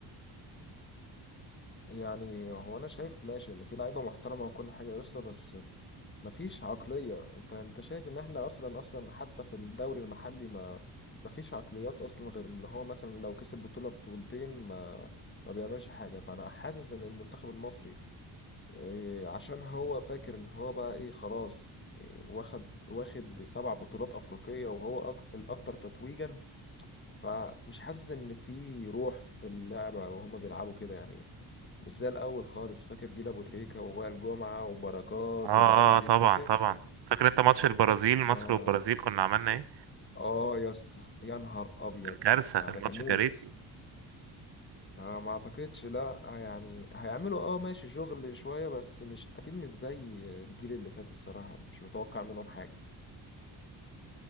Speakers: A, on the left; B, on the right.
A: يعني هو انا شايف ماشي ان في لعيبه محترمه وكل حاجه يا اسطى بس مفيش عقليه انت انت شايف ان احنا اصلا اصلا حتى في الدوري المحلي ما مفيش عقليات اصلا غير اللي هو مثلا لو كسب بطوله بطولتين ما ما بيعملش حاجه فانا حاسس ان المنتخب المصري إيه، عشان هو فاكر ان هو بقى ايه خلاص إيه، واخد واخد سبع بطولات افريقيه وهو أك... الاكثر تتويجا فمش حاسس ان في روح في اللعبه وهما بيلعبوا كده يعني مش زي الاول خالص فاكر جيل ابو تريكه ووائل جمعه وبركات
B: اه
A: والعيال
B: اه
A: دي
B: طبعا
A: فاكر
B: طبعا فاكر انت ماتش البرازيل مصر
A: اه
B: والبرازيل كنا عملنا ايه
A: آه يا اسطى يا نهار ابيض
B: كان كارثة
A: ده,
B: كان
A: ده كان
B: ماتش
A: موت
B: كارثي
A: آه ما اعتقدش لا آه يعني هيعملوا اه ماشي شغل شويه بس مش اكيد مش زي الجيل اللي فات الصراحه يعني، مش متوقع منهم حاجه